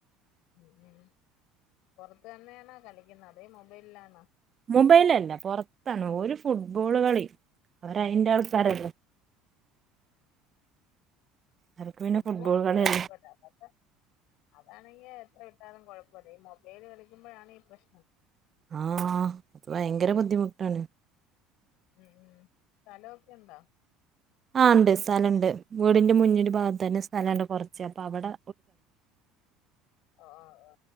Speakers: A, on the left; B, on the right.
A: ഉ ഉ പൊറത്ത് തന്നെയണോ കളിക്കുന്നത് അതേ മൊബൈലിലാണോ?
B: മൊബൈലല്ല പൊറത്താണ് ഓല് ഫുട്ബോള് കളി അവര് അയിന്റെ ആൾക്കാരല്ലോ.
A: ഉം
B: അവർക്ക് പിന്നെ
A: ഫുട്ബോൾ ഒന്നും
B: കളിയല്ലേ
A: കൊഴപ്പില്ലാ പക്ഷെ അതാണെങ്കി എത്ര വിട്ടാലും കുഴപ്പല്ല ഈ മൊബൈല് കളിക്കുമ്പോഴാണ് ഈ പ്രശ്നം.
B: ആഹ അത് ഭയങ്കര ബുദ്ധിമുട്ടാണ്.
A: ഉം സ്ഥലൊക്കെ ഇണ്ടാ?
B: ആണ്ട് സ്ഥലണ്ട് വീടിന്റെ മുന്നിൽ ഭാഗത്തന്നെ സ്ഥലണ്ട് കുറച്ച് അപ്പൊ അവിടെ
A: ആ ആ ആ